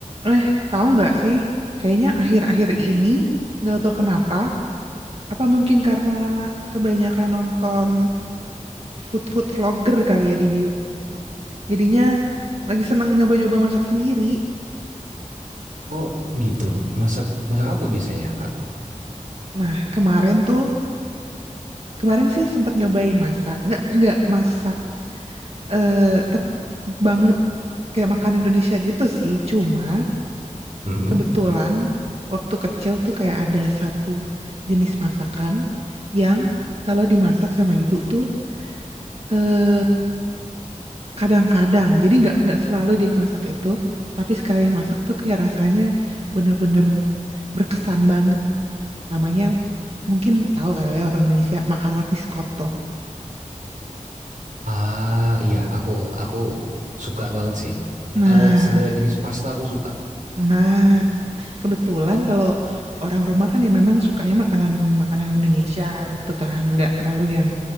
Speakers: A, on the right (about 50°); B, on the right (about 85°).
A: Eh, tahu nggak sih? Kayaknya akhir-akhir ini nggak tahu kenapa. Apa mungkin karena kebanyakan nonton food food vlogger kali ya di YouTube. Jadinya lagi seneng nyoba-nyoba masak sendiri.
B: Oh gitu. Masak masak apa biasanya, Kak?
A: Nah, kemarin tuh, kemarin sih sempat nyobain masak. Nggak nggak masak eh tep banget kayak makan Indonesia gitu sih. Cuma
B: Hmm.
A: kebetulan waktu kecil tuh kayak ada satu jenis masakan yang kalau dimasak sama ibu tuh eh kadang-kadang jadi nggak nggak selalu dia masak itu tapi sekali masak tuh kayak rasanya bener-bener berkesan banget namanya mungkin tahu kali ya orang Indonesia makaroni skoto
B: Ah iya, aku aku suka banget sih.
A: nah
B: Eh, segala jenis pasta aku suka.
A: nah kebetulan kalau orang rumah kan ya memang sukanya makanan makanan Indonesia gitu kan nggak terlalu yang